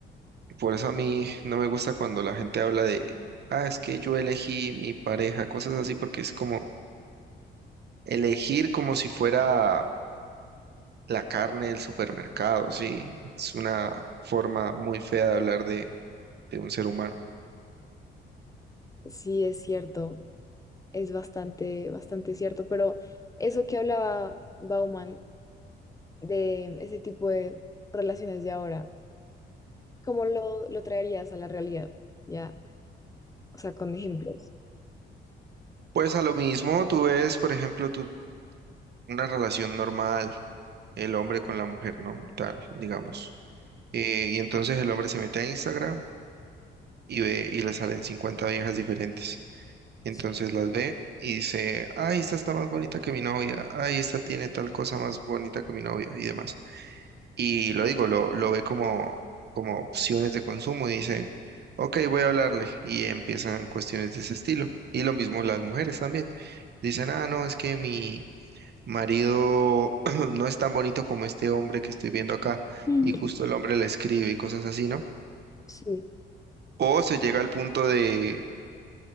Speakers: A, on the right; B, on the left.
A: Y por eso a mí no me gusta cuando la gente habla de, ah, es que yo elegí mi pareja, cosas así, porque es como elegir como si fuera la carne del supermercado, ¿sí? Es una forma muy fea de hablar de, de un ser humano.
B: sí es cierto, es bastante, bastante cierto, pero eso que hablaba Bauman de ese tipo de relaciones de ahora, ¿cómo lo, lo traerías a la realidad? Ya, o sea, con ejemplos.
A: Pues a lo mismo, tú ves, por ejemplo, tú- una relación normal, el hombre con la mujer, ¿no? Tal, digamos. Eh, y entonces el hombre se mete a Instagram y ve y le salen 50 viejas diferentes. Entonces
B: Sí,
A: las ve y dice, ay, esta está más bonita que mi novia, ay, esta tiene tal cosa más bonita que mi novia y demás. Y lo digo, lo, lo ve como, como opciones de consumo y dice, ok, voy a hablarle. Y empiezan cuestiones de ese estilo. Y lo mismo las mujeres también. Dicen, ah, no, es que mi marido <clears throat> no es tan bonito como este hombre que estoy viendo acá.
B: Mm.
A: Y justo el hombre le escribe y cosas así, ¿no?
B: sí,
A: O se llega al punto de,